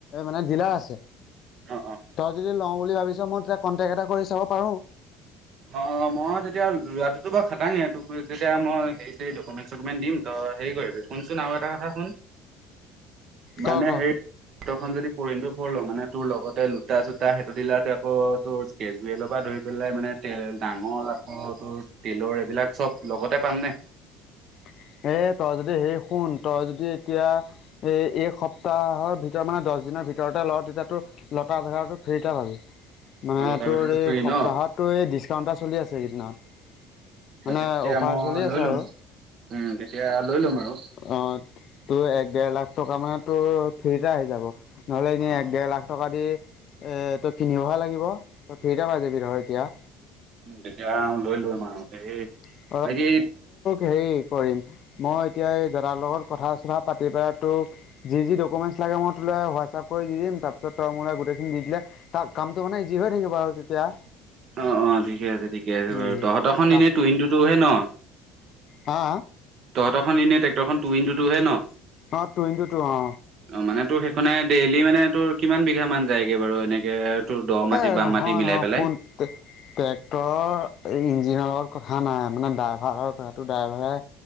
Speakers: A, on the left; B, on the right.
A: মানে, ডিলাৰ আছে।
B: অ অ
A: তই যদি লওঁ বুলি ভাবিছ, মই তেতিয়া কন্টেক্ট এটা কৰি চাব পাৰোঁ।
B: অ'! মই তেতিয়া লোৱাটোতো বাৰু খাটাঙে। <unintelligible> তেতিয়া, মই হেৰি চেৰি, ডকুমেণ্ট চকুমেট দিম, তই হেৰি কৰিবি। শুনচোন আৰু এটা কথা শুন। মানে,
A: ক ক
B: হেই <unintelligible> মানে, তোৰ লগতে লোটা, চোতা সেইটো ডিলাৰতে আকৌ, তোৰ কেজুৱেলৰ পৰা ধৰি পেলাই মানে ডাঙৰ আকৌ, তোৰ তিলৰ এইবিলাক চব লগতে পাম নে?
A: এ, তই যদি হেৰি শুন, তই যদি এতিয়া এ, এক সপ্তাহৰ ভিতৰত মানে দ দশ দিনৰ ভিতৰতে ল'। তেতিয়াতো লতা ভেলাৰো ফ্ৰিতে পাবি। মানে
B: অ লতাৰ
A: তোৰ,
B: ভিতৰতো
A: এই
B: ফ্ৰী
A: সপ্তাহততো
B: ন
A: এই ডিচকাউণ্ট এটা চলি আছে সেইদিনত।
B: তাৰপিছত
A: মানে,
B: তেতিয়া
A: অফাৰ
B: মই
A: চলি
B: লৈ
A: আছে
B: ল'ম
A: আৰু।
B: উম তেতিয়া লৈ ল'ম আৰু
A: অ'! তোৰ এক, ডেৰ লাখ টকা মানে, তোৰ ফ্ৰীতে আহি যাব, নহ'লে এনে
B: অ অ
A: এক, ডেৰ লাখ টকা দি এ, তই কিনিবহে লাগিব। তই ফ্ৰীতে পাই যাবি নহয় এতিয়া।
B: উম তেতিয়া লৈ লম আৰু এই
A: <unintelligible>
B: বাকী
A: হেৰি কৰিম, মই এতিয়া এই দাদাৰ লগত কথা চথা পাতি পেলাই তোক যি যি ডকুমেন্ট, তোলে হোৱাটছআপ কৰি দি দিম, তাৰপিছত তই গোটেইখিনি দিলে তা কামটো মানে ইজি হৈ থাকিব আৰু তেতিয়া।
B: অ অ ঠিকে আছে ঠিকে আছে
A: উম,
B: বাৰু। তহঁতৰখন
A: কা
B: এনেই টুইন টোতোহে ন?
A: হা।
B: তহঁতৰখন এনে টেক্টৰখন টু ইনটু টু হে ন?
A: অ টু ইনটু টো অ।
B: অ মানে তোৰ সেইখনে ডেইলি মানে তোৰ কিমান বিঘামান যায়গৈ বাৰু এনেকে? তোৰ দ মাটি
A: এ
B: বাম
A: নহয়
B: মাটি মিলাই
A: নহয়
B: পেলাই
A: শুন ট্ৰেক্টৰৰ ইঞ্জিনৰ- কথা নাই, মানে ড্ৰাইভাৰৰ কথাটো ড্ৰাইভাৰে